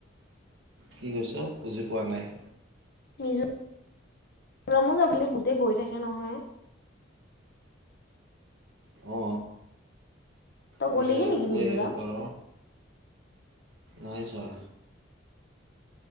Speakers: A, on the right; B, on the left.
A: কি কৈছ বুজি পোৱা নাই।
B: মিজৰামেও যাবলে গোতে গৈ থাকে নহয়।
A: অ।
B: তই
A: মিজোৰাম
B: গ'লেগে নেকি
A: গৈ
B: মিজোৰাম
A: আহিব পাৰ। নাই যোৱা।